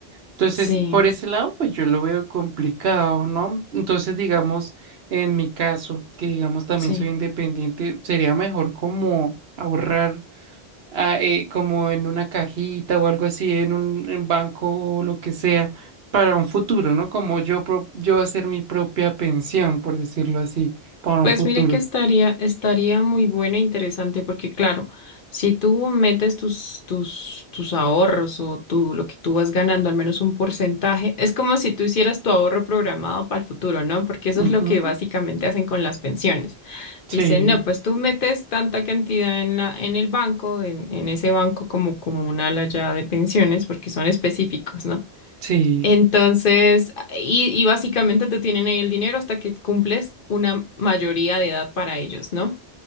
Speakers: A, on the right; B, on the left.
A: Entonces,
B: Sí,
A: por ese lado, pues yo lo veo complicado, ¿no? Entonces, digamos, en mi caso, que digamos también
B: sí.
A: soy independiente, sería mejor como ahorrar ah, eh, como en una cajita o algo así, en un en banco o lo que sea, para un futuro, ¿no? Como yo, pro- yo hacer mi propia pensión, por decirlo así, para un
B: Pues
A: futuro.
B: mire que estaría, estaría muy buena e interesante porque claro, si tú metes tus, tus, tus ahorros o tú, lo que tú vas ganando, al menos un porcentaje, es como si tú hicieras tu ahorro programado para el futuro, ¿no? Porque eso
A: Ujú.
B: es lo que básicamente hacen con las pensiones.
A: Sí,
B: Dicen, no, pues tú metes tanta cantidad en la, en el banco, en, en ese banco como, como un ala ya de pensiones, porque son específicos, ¿no?
A: sí.
B: Entonces, y, y básicamente te tienen ahí el dinero hasta que cumples una mayoría de edad para ellos, ¿no?